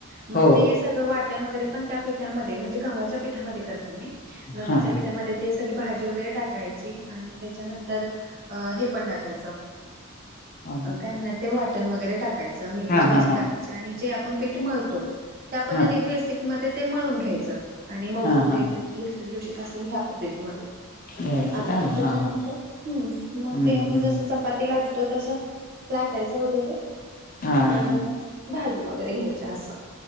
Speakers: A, on the right; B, on the left.
A: मग
B: हो
A: ते सगळ वाटण वैगेरे त्या पीठामध्ये गव्हाच्या पाठामध्ये करते मी गव्हाच्या
B: हा हा
A: पीठामध्येभाजी वगेरे टाकायची त्याच्या नतर हे पण टाकायच
B: अम,
A: काय म्हणायचं वा मिट वगैरे टाकायचं मेथीची
B: हा
A: भाजी
B: हा हा
A: टाकायच आणि जे आपण पीठ मळतो त्या पद्धतीत
B: हा
A: एक बेसिक मध्ये ते मळून घ्यायचं आणि मौसूद
B: हा हा
A: एक दम लुस लुशीत अस ह्या पद्धतीवर
B: घ्यायचं
A: आणि
B: का
A: मग त्याच्यानंतर
B: हा हा
A: हम् मग
B: हम्म
A: ते आपण
B: हम्म
A: जस चपातीला तो तसच लाटाचा वगैरे
B: कही
A: आणि मग भाजून वगैरे घ्यायच्या असं